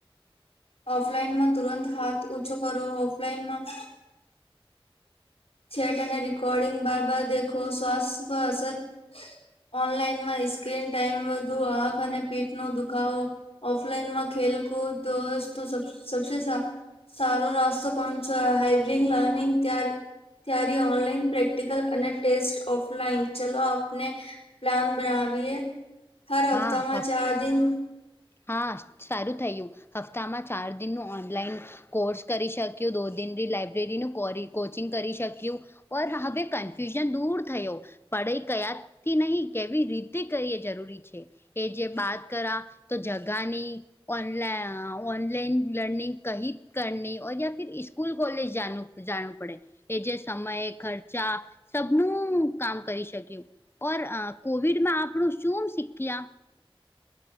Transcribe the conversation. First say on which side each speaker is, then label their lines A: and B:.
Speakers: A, on the left (about 80°); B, on the left (about 25°).
A: ઓફલાઈનમાં તુરંત હાથ ઓછો કરો. ઓફલાઈનમાં છેટ અને રિકર્ડિંગ બાર બાર દેખો, સ્વાસ્થ્ય પર અસર. ઓનલાઈનમાં સ્ક્રીન ટાઈમ વધુ, આંખ અને પીઠ નો દુખાવો. ઓફલાઈનમાં ખેલકૂદ તો સબ સારો રસ્તો કોણ છો? હાઈબ્રિંગ લર્નિંગ ત્યારે. ત્યારે ઓનલાઈન પ્રેક્ટિકલ અને ટેસ્ટ ઓફલાઈન. ચલો આપને. પ્લાન બનાવીએ, હર હફ્તામાં
B: હા હફ
A: ચાર દિન.
B: હા, સારું થયું. હપ્તામાં ચાર દિનનું ઓનલાઈન. કોર્સ કરી શક્યું, દો દિન લાઈબ્રેરીનું કોરી કોચિંગ કરી શક્યું. પર હવે કન્ફ્યુઝન દૂર થયો. પડે ક્યાંથી નહીં, કેવી રીતે કરીએ જરૂરી છે? એ જે બાત કરા તો જગાની ઓન ઓનલાઈન લર્નિંગ કહી કરની યા સ્કૂલ કોલેજ જાણું જાણું પડે એ જે સમય ખર્ચા સબનું કામ કરી શક્યું ઓર અ કોવિડમાં આપનું શુંમ શીખ્યા